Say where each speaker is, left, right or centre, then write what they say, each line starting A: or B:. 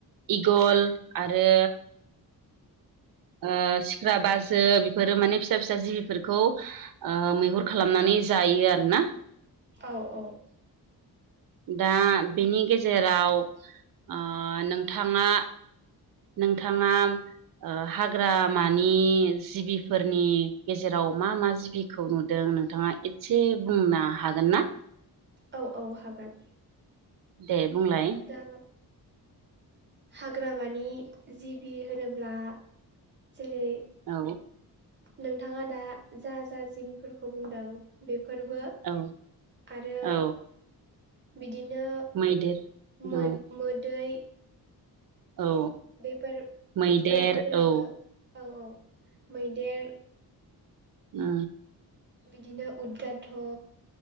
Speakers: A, on the right (about 60°); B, on the right (about 30°).
A: इगल आरो ओ सिख्रा बाजो बेफोरो माने फिसा फिसा जिबिफोरखौ ओ मैहुर खालामनानै जायो आरोना
B: औ औ
A: दा बेनि गेजेराव ओ नोंथाङा नोंथाङा ओ हाग्रामानि जिबिफोरनि गेजेराव मा मा जिबि खौ नुदों नोंथाङा एदसे बुंनो हागोन ना
B: औ औ हागोन
A: दे बुंलाय
B: दा हाग्रामानि जिबि होनोब्ला जेरै
A: औ
B: नोंथाङा दा जा जा जिबिफोरखौ बुंदों बेफोरबो
A: औ
B: आरो
A: औ
B: बिदिनो
A: मैदेर
B: मो
A: औ
B: मोदै
A: औ
B: बेफोर
A: मैदेर
B: बायदिफोराबो
A: औ
B: औ औ मैदेर
A: उ
B: बिदिनो उदगााथ'